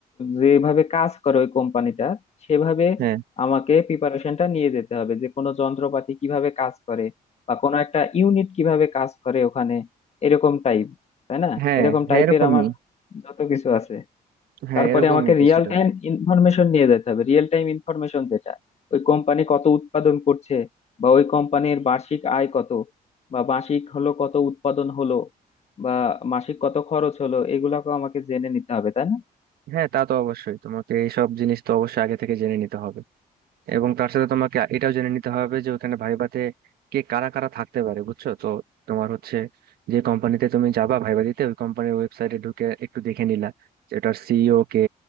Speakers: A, on the left; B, on the right.
A: যেভাবে কাজ করে ওই কোম্পানিটা সেভাবে
B: হ্যাঁ
A: আমাকে প্রিপারেশনটা নিয়ে যেতে হবে যে কোনো যন্ত্রপাতি কিভাবে কাজ করে বা কোনো একটা ইউনিট কিভাবে কাজ করে ওখানে এরকম টাইপ তাই না
B: হ্যাঁ
A: এরকম
B: হ্যাঁ
A: টাইপের
B: এরকমই
A: আমার যত কিছু আছে
B: হ্যাঁ
A: তারপরে
B: এরকমই
A: আমাকে
B: কিছুটা
A: রিয়েল টাইম ইনফরমেশন নিয়ে যেতে হবে রিয়েল টাইম ইনফরমেশন যেটা ওই কোম্পানি কত উৎপাদন করছে বা ওই কোম্পানির বার্ষিক আয় কত বা মাসিক হলো কত উৎপাদন হলো বা মাসিক কত খরচ হলো এগুলাকে আমাকে জেনে নিতে হবে তাই না
B: হ্যাঁ তা তো অবশ্যই তোমাকে এইসব জিনিস তো অবশ্যই আগে থেকে জেনে নিতে হবে এবং তার সাথে তোমাকে এটাও জেনে নিতে হবে যে ওখানে ভাইভাতে কে কারা কারা থাকতে পারে বুঝছো তো তোমার হচ্ছে যে কোম্পানিতে তুমি যাবা ভাইভা দিতে ওই কোম্পানির ওয়েবসাইটে ঢুকে একটু দেখে নিলা যে ওটার সিইও কে